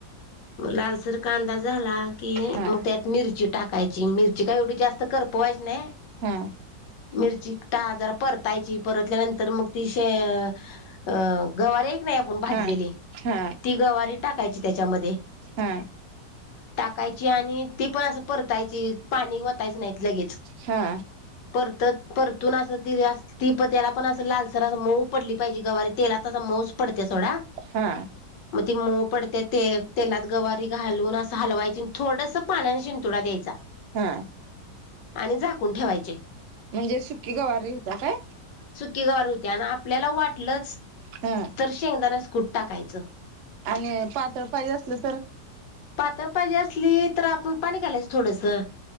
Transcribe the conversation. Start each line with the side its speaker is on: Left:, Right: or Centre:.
Left: मग लालसर कांदा झाला की
Right: हा
Left: मग त्यात मिरची टाकायची मिरची का एवढी जास्त कर पो. वैष्ने
Right: हा.
Left: मिर्ची. जरा परतायची परतल्यानंतर मग, शे तीे हाय क नाही आपली भाजले.
Right: हा हा
Left: ती गवारी टाकायची त्याच्यामध्ये.
Right: हा.
Left: टाकायची आणि ती पण असं, परतायची पाणी वतायचं नाही लगेच.
Right: हा
Left: परतत परत. तून असं त ती प त्याला, पण अस लालसर अस, मऊ पडली पाहिजे गवारी तेलाता असं मऊच पडत्या सोडा.
Right: हा.
Left: मग ती मऊ पडते ते तेलात गवारी घालून असं, हलवायची थोडस पाण्याने शिंतोडा द्यायचा.
Right: हा.
Left: आणि झाकून ठेवायचे.
Right: म्हणजे सुकी गवार होत्या काय.
Left: गवार होत्या आणि आपल्याला वाटलच
Right: हा
Left: तर शेंगदाण्याचे कूट टाकायचं.
Right: आणि पातळ पाहिजे असलं तर
Left: पातळ पाहिजे असली तर आपण पाणी घालायचस थोडंसं.